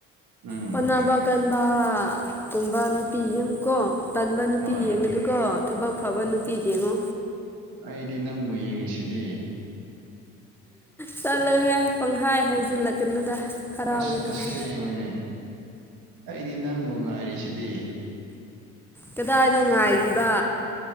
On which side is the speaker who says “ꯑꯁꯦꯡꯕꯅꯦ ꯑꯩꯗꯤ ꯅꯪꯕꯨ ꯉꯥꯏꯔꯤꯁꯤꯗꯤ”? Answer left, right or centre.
Right